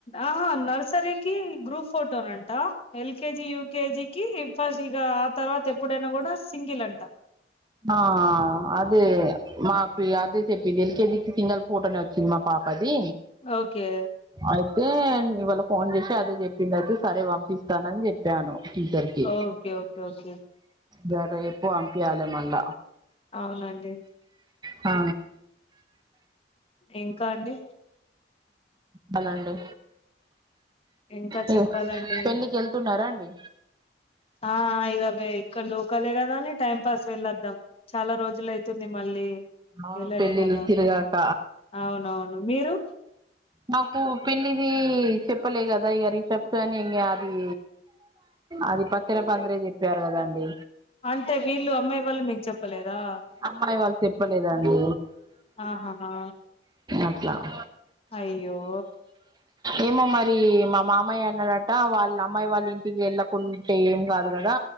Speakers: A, on the left; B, on the right.
A: ఆహా నర్సరీకి గ్రూప్ ఫోటోనంట ఎల్కేజి యూకేజికిి ఫస్ట్ ఇక ఆ తర్వాత ఎప్పుడైనా కూడా సింగిల్ అంట
B: ఆ అదే మాకు అదే చెప్పిది ఎల్కేజీ కి సింగల్ ఫోటని వచ్చింది మాక్ పాపాది
A: ఓకే
B: అయితే ఇవాళ ఫోన్ చేసి అదే చెప్పింది అయితే సరే పంపిస్తానని చెప్ పాను టీచర్ కి
A: ఓకే ఓకే ఓకే
B: దర ఎపు వంపియాల మళ
A: అవునండి
B: ఆ
A: ఇంకా అండి
B: హలో అండీ
A: ఇంకా
B: ఇగో
A: చెప్పాలండి
B: పెళ్లికి ఎళ్ వెళ్తున్నారా అండి
A: ఆ ఇదవే ఇక్క లోకలే కదా అని టైం పాస్ వెళ్ళొద్దాం చాలా రోజులు అయితుంది మళ్ళీ
B: అవును
A: వెళ్ళలే
B: పెళ్ళిల్
A: కదా
B: తిరుగాక
A: అవునవును మీరు
B: నాకు పెళ్ళిది చెప్పలే కదా ఇక రిషబ్స్ అని ఇం అది అది పత్తేర పందిరె చెప్పారు కదండి
A: అంటే వీళ్ళు అమ్మాయి వాళ్ళు మీకు చెప్పలేదా
B: అమ్మాయి వాళ్ళు చెప్పలేదండి
A: ఆహాహా
B: అట్లా <inaudible>
A: అయ్యో
B: ఏమో మరి మా మామయ అన్నడాట వాళ్ళ అమ్మాయి వాళ్ళ ఇంటికి వెళ్ళకుంటే ఏం కాదు కదా